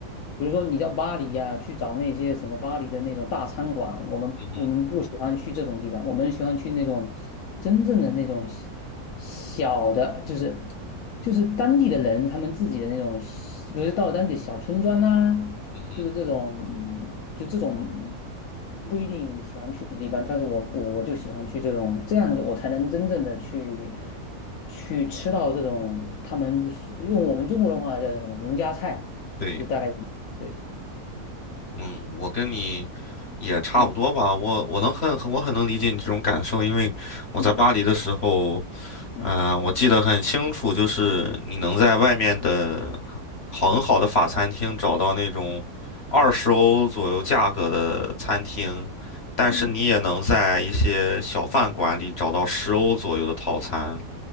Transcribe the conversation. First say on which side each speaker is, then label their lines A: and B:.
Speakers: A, on the left; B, on the left.
A: 比如说你到巴黎呀、去找那些什么巴黎的那种大餐馆，我们我们不喜欢去这种地方，
B: 嗯哼，
A: 我们喜欢去那种真正的那种小小的，就是就是当地的人他们自己的那种，比如到当地小村庄啊，
B: 嗯哼。
A: 就是这种就这种。定喜欢去的地方，但是我我我就喜欢去这种这样子，我才能真正的去去吃到这种他们所用我们中国的话叫什么农家菜，
B: 对。
A: 就大概对，
B: 嗯，我跟你也差不多吧。
A: 嗯
B: 我我能很很我很能理解你这种感受，因为我在巴黎的时候，
A: 嗯嗯
B: 呃，我记得很清楚，就是你能在外面的好很好的法餐厅找到那种二十欧左右价格的餐厅，
A: 嗯
B: 但是你也能在一些小饭馆里找到十欧左右的套餐。
A: 嗯，